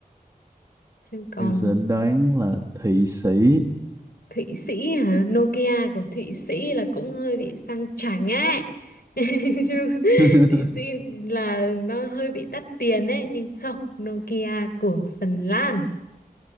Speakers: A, on the left; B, on the right.
A: xem còn
B: em sẽ đoán là Thụy Sĩ
A: Thụy Sĩ hả Nokia của Thụy Sĩ là cũng hơi bị sang chảnh ấy <laughs> Chứ
B: <laughs>
A: Thụy Sĩ là nó hơi bị đắt tiền ấy nhưng không Nokia của Phần Lan